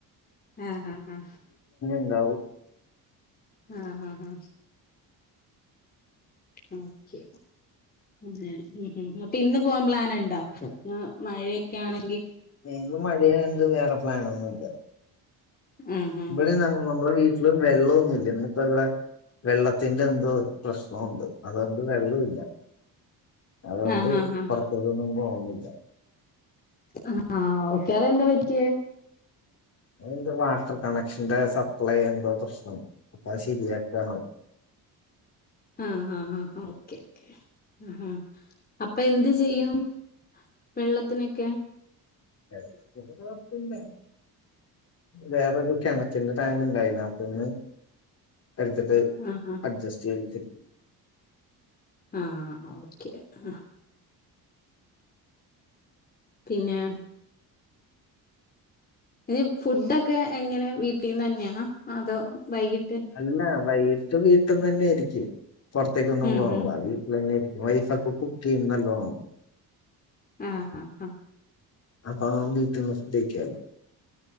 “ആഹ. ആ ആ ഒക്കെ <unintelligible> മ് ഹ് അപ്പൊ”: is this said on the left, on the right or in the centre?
Left